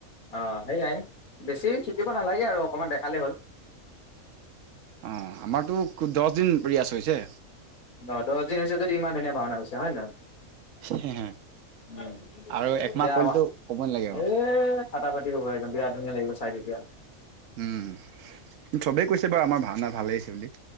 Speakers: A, on the left (about 85°); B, on the right (about 65°).
A: অহ সেয়াই বেছি থাকিব নালাগে আৰু অকণমান দেখালেই হ'ল।
B: অহ আমাৰতো দচ দিন পিয়াছ হৈছে।
A: অহ দহ দিন হৈছে যদি ইমান ধুনীয়া ভাওনা হৈছে হয় নহয়।
B: <unintelligible>
A: উম
B: আৰু একমাহ
A: এতিয়া
B: কৰিলেতো
A: আমাৰ
B: ক'ব নালাগে আৰু
A: এই ফাটাফাটি হ'ব একদম। বিৰাট ধুনীয়া লাগিব চাই তেতিয়া।
B: উম চবেই কৈছে বাৰু আমাৰ ভাওনা ভালে হৈছে বুলি।